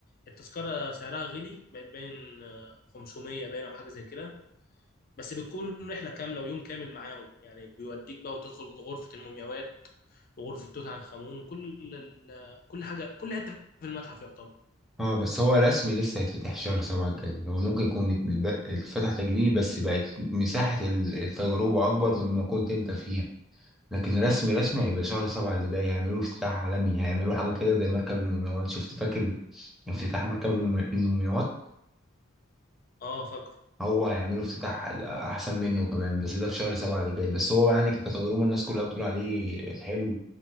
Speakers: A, on the left (about 45°); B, in the centre.
A: التذكره سعرها غلي بقت باين آه، 500 باين او حاجه زي كده بس بتكون رحله كامله ويوم كامل معاهم يعني بيوديك بقى وتدخل غرفه المومياوات وغرفه توت عنخ امون وكل ال- ال- كل حاجه كل حته في المتحف يعتبر
B: اه بس هو رسمي لسه هيتفتح شهر سبعة الجاي هو ممكن يكون ات- ب- اتفتح تجريبي بس بقت مساحة ال- التجربة أكبر مما كنت أنت فيها لكن رسمي رسمي هيبقى شهر سبعة اللي جاي هيعملوا افتتاح عالمي هيعملوا حاجة كده زي مركب المومياوات شفت فاكر افتتاح مركب المومي- المومياوات
A: اه فاكره
B: هو هيعملوا افتتاح احسن منه كمان بس ده في شهر سبعة اللي جاي بس هو يعني ك- كتجربة الناس كلها بتقول عليه حلو